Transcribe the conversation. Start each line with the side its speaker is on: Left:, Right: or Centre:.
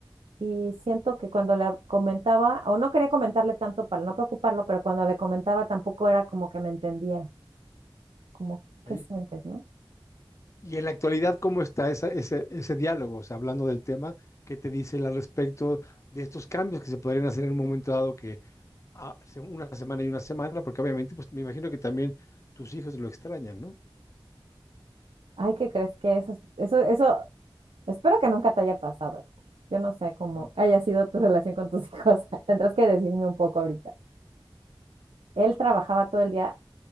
Right: y siento que cuando le comentaba, o no quería comentarle tanto para no preocuparlo, pero cuando le comentaba tampoco era como que me entendiera. como qué
Left: Ok.
Right: sientes, ¿no?
Left: Y en la actualidad, ¿cómo está esa- ese, ese diálogo? O sea, hablando del tema, ¿qué te dice él al respecto de estos cambios que se podrían hacer en un momento dado que a- se- una semana y una semana, porque obviamente, pues me imagino que también tus hijos lo extrañan, ¿no?
Right: Ay, ¿qué crees que eso, es- eso, eso, espero que nunca te haya pasado, Héctor. Yo no sé cómo
Left: Ujú.
Right: haya sido tu relación con tus <laughs> hijos. Tendrás que decirme un poco ahorita. Él trabajaba todo el día